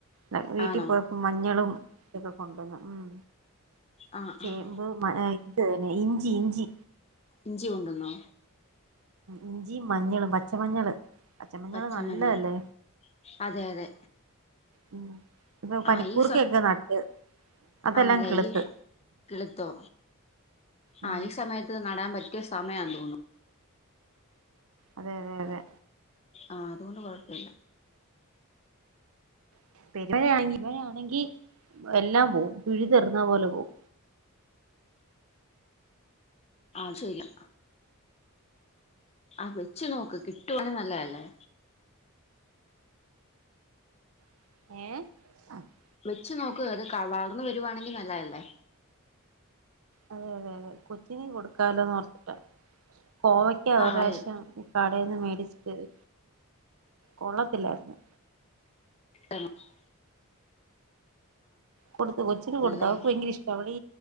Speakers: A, on the right; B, on the left.
A: ഞാൻ വീട്ടിൽ
B: ആണോ
A: പോയപ്പോ മഞ്ഞളും ഇക്ക കൊണ്ടന്ന ഉം
B: ആഹ്
A: ചേമ്പും
B: ആഹ്
A: <inaudible> ഇതന്നെ ഇഞ്ചി ഇഞ്ചി
B: ഇഞ്ചി കൊണ്ടന്നോ
A: ഇഞ്ചി മഞ്ഞളും പച്ച മഞ്ഞൾ പച്ച മഞ്ഞൾ
B: പച്ചമഞ്ഞൾ
A: നല്ലതല്ലേ
B: അതെ അതെ
A: ഉ ഇപ്പൊ പനിക്കൂർക്കൊക്കെ
B: ആഹ് ഈ സ
A: നട്ട് അതെല്ലാം
B: ആണല്ലേ
A: കിളുത്ത്
B: ഈ കൊളുത്തൂ
A: ഉം
B: ആ ഈ സമയത്ത് നടാൻ പറ്റിയ സമയം തോന്നുന്നു
A: അതെ അതെ അതെ
B: ആഹ അതുകൊണ്ട് കൊഴപ്പില്ല
A: <inaudible> ഇവ ആണെങ്കി എല്ലാം പോകും പിഴുതെറുന്ന പോലെ എല്ലാം പോകും
B: ആഹ ശരിയാ അ വെച്ച് നോക്ക് കിട്ട നല്ലതല്ലേ
A: ഏ
B: വെച്ച് നോക്ക് അത് വളർന്നു വരുവാണെങ്കിൽ നല്ലത് അല്ലേ
A: അതെ അതെ അതെ കൊച്ചിന് കൊടുക്കാലോന്ന് ഓർത്തിട്ട കോവയ്ക്കാ ഒരു
B: ആഹ്
A: പ്രാവശ്യം
B: അതെ
A: അവിടെന്ന് മേടിച്ചത് കൊള്ളത്തില്ലായിരുന്നു
B: ആണോ <inaudible>
A: കൊടുത്ത് കൊച്ചന്
B: ആണല്ലേ
A: കൊടുത്ത് അവൾക്ക് ഭയങ്കര ഇഷ്ടാ അവളീ